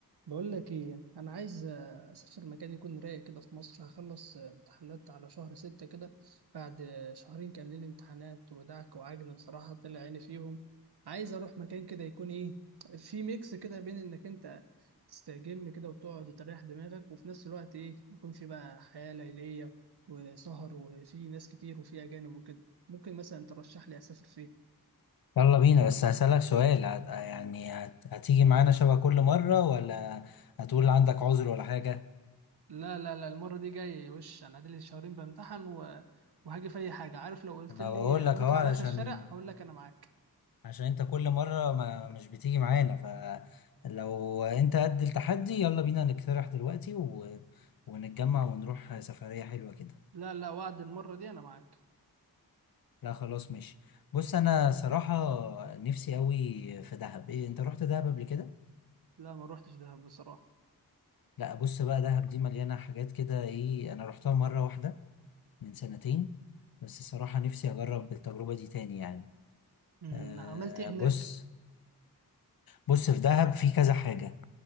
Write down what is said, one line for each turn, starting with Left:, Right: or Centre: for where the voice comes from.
Right: بقول لك ايه انا عايز آه، اسافر مكان يكون رايق كده في مصر هخلص آه، امتحانات على شهر ستة كده بعد آه، شهرين كان لي امتحانات ودعك وعجن بصراحة طلع عيني فيهم عايز اروح مكان كده يكون ايه في ميكس كده بين انك انت تستجم كده وتقعد وتريح دماغك وفي نفس الوقت ايه يكون في بقى حياة ليلية وسهر وفي ناس كتير وفي اجانب وكده ممكن مثلا ترشح لي اسافر فين
Left: يلا بينا بس هسألك سؤال هت... يعني هت... هتيجي معانا شبه كل مرة ولا هتقول عندك عذر ولا حاجة
Right: لا لا لا المرة دي جاي وش انا لي شهرين بامتحن و... وهاجي في اي حاجة عارف لو قلت
Left: انا
Right: لي
Left: بقول لك
Right: هنطلع
Left: اهو علشان
Right: على اخر الشارع هقول لك انا معاك
Left: عشان انت كل مرة ما مش بتيجي معانا فلو انت قد التحدي يلا بينا نقترح دلوقتي و... ونتجمع ونروح سفرية حلوة كده
Right: لا لا وعد المرة دي انا معاك
Left: لا خلاص ماشي بص انا صراحة نفسي قوي في دهب ايه انت رحت دهب قبل كده
Right: لا ما روحتش دهب بصراحة
Left: لا بص بقى دهب دي مليانة حاجات كده ايه انا رحتها مرة واحدة من سنتين بس الصراحة نفسي أجرب التجربة دي تاني يعني
Right: امم
Left: أه
Right: عملت ايه هناك
Left: بص بص في دهب في كذا حاجة